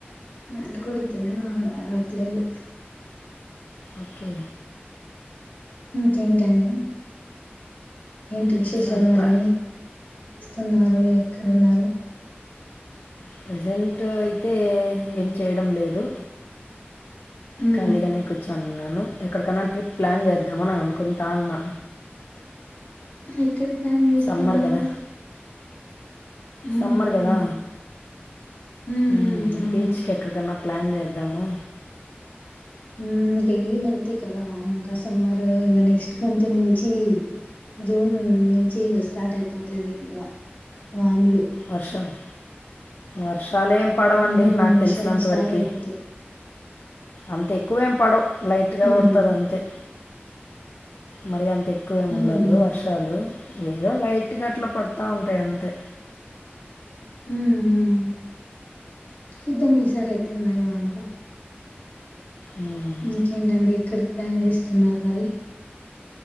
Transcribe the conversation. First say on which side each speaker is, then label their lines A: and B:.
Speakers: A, on the left (about 40°); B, on the left (about 60°).
A: నాటుకోడి తినను అదో లేదు
B: ఓకే
A: ఇకేంటండి ఏంటి
B: ఇంకా
A: విశేషాల్ మరీ
B: ట్రా
A: ఉన్నారు ఎక్కడున్నారు
B: ప్రజెంటు అయితే ఏం చేయడం లేదు
A: ఉమ్
B: కలిగానే కుచ్చు అన్నాను ఎక్కడికన్నా ట్రిప్ ప్లాన్ చేద్దామని అనుకుంటా ఉన్నా
A: ఎక్కడిక్ ప్లాన్ చేస్తున్నారు
B: సమ్మర్ కదా
A: ఉమ్
B: సమ్మర్ కదా
A: ఉమ్
B: హ్మ్మ్
A: ఉమ్ అవును
B: బీచ్కి ఎక్కడికన్నా ప్లాన్ చేద్దాము
A: హుమ్ ఇంకా ఈ మంతే కదా ఇంకా సమ్మరు ఇంకా నెక్స్ట్ మంత్ నుంచి జూన్ నుంచి ఇక స్టార్ట్ అయిపోతది ఇంకా వాన్లు
B: వర్షాలు వర్షాలేం పడవండి
A: ఉమ్
B: నాకు
A: వర్షాలు
B: తెలిసినంత
A: స్టార్ట్
B: వరకి
A: అయిపోతాయి
B: అంతే వేం పడవ్ లైట్గా
A: ఉమ్
B: పడుతది అంతే మరీ అంత ఎ ఎక్కువేమి
A: ఉమ్
B: ఉండదు
A: ఉమ్ ఉమ్
B: వర్షాలు ఏదో లైట్ గా అట్ల పడతా ఉంటాయ్ అంతే
A: హుమ్ హు సుద్ధం ఈసారి ఎట్లున్నాయ్ వాన్ కు
B: ఉమ్.
A: ఇంకేంటండి ఎక్కడి ప్లాన్ చేస్తున్నారు మరి